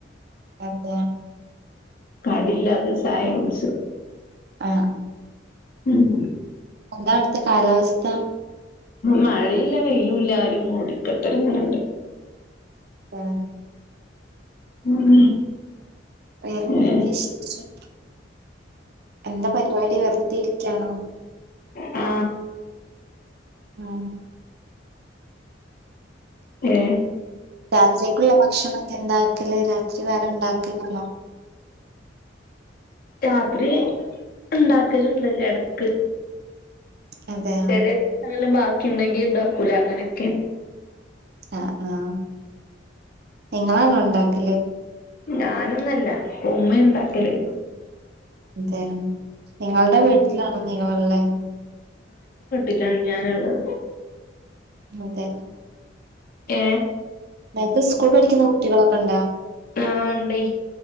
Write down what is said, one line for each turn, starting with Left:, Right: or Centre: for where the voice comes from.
Right: അതാ
Left: കടില്ലാത്ത ചായ കുടിച്ചത്
Right: ആ
Left: ഉം
Right: എന്താ അവിടെത്തെ കാലാവസ്ഥ.
Left: മഴയില്ല വെയിലും ഇല്ല ഒരും മൂടികെട്ടലിങ്ങനെണ്ട്
Right: ആ
Left: ഉം
Right: വേറെന്തൊക്കയ
Left: ഏഹ്
Right: ശ് ഷേശം എന്താ പരിപാടി വെറുതെരിക്കാണോ?
Left: ആ
Right: ആ
Left: ഏ
Right: രാത്രിക്കുള്ള ഭക്ഷണം ഒക്കെ ഉണ്ടാക്കല് രാത്രി വേറെ ഉണ്ടാക്കില്ലന്നോ
Left: രാത്രി ഉണ്ടാക്കലണ്ട് ഇടക്ക്
Right: അതെയോ
Left: ചില ദിവസങ്ങളില് ബാക്കി ഉണ്ടെങ്കി ഉണ്ടാക്കൂല അങ്ങനൊക്കെ
Right: ആ ആ നിങ്ങളാണോ ഉണ്ടാക്കല്
Left: ഞാനൊന്നല്ല ഉമ്മ യുണ്ടാക്കല്.
Right: അതെയോ നിങ്ങളുടെ വീട്ടിലാണോ നിങ്ങളുള്ളെ
Left: ഇല്ല ഞാനിന്ന്
Right: അതെ.
Left: ഏ
Right: നിങ്ങക്ക് സ്കൂൾ പഠിക്കുന്ന കുട്ടികളൊക്കെ ഉണ്ടാ
Left: ആ ഇൻണ്ടെയ്